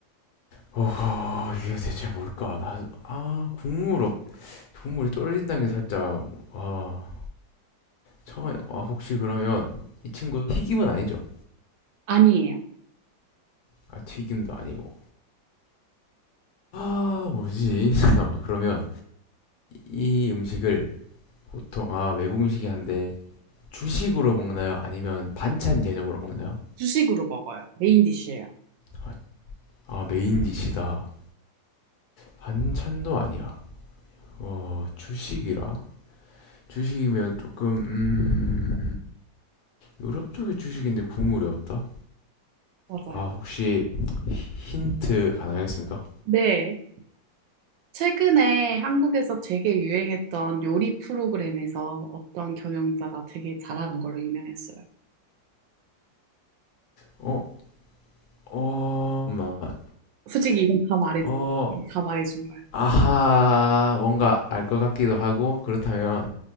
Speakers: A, on the left (about 70°); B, on the right (about 80°).
A: 어허, 이게 대체 뭘까? 나, 아, 국물 없, 국물이 쫄린다는 게 살짝, 아, 처아 혹시 그러면 이 친구 튀김은 아니죠?
B: 아니에요.
A: 아 튀김도 아니고 아 뭐지? <laughs> 잠깐만 그러면 이 음식을 보통 아 외국 음식이 한데 주식으로 먹나요? 아니면 반찬 개념으로 먹나요?
B: 주식으로 먹어요. 메인 디쉬예요.
A: 아, 아, 메인 디시다 반찬도 아니야 아, 주식이라 주식이면 조금 음 유럽 쪽의 주식인데 국물이 없다?
B: 맞아요.
A: 아 혹시 힌트 가능하겠습니까?
B: 네. 최근에 한국에서 되게 유행했던 요리 프로그램에서 어떤 경영자가 되게 잘하는 걸로 유명했어요.
A: 어? 어... 잠깐만.
B: 솔직히 이건 다 말해,
A: 어...
B: 다 말해준 거예요.
A: 아하, 뭔가 알 것 같기도 하고, 그렇다면,